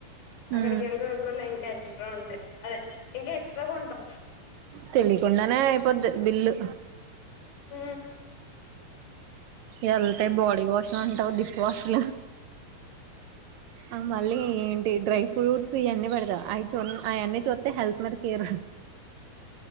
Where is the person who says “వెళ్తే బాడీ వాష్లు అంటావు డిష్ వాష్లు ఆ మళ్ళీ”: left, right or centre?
Right